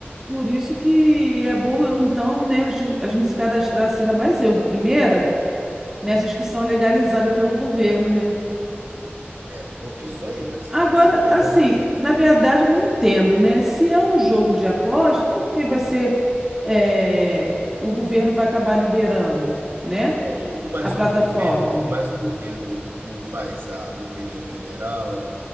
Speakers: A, on the right; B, on the right.
A: Por isso que é bom, então, né, ju- a gente se cadastrar assim, ainda mais eu de primeira, nessas que são legalizadas pelo governo, né?
B: É, pro- isso aí, você
A: Agora,
B: tem que escolher
A: assim,
B: uma do governo.
A: na verdade eu não entendo, né? Se é um jogo de aposta, por que vai ser, eh, o governo vai acabar liberando, né?
B: No- mas
A: A plataforma.
B: o governo, mas o governo não, não faz a Loteria Federal,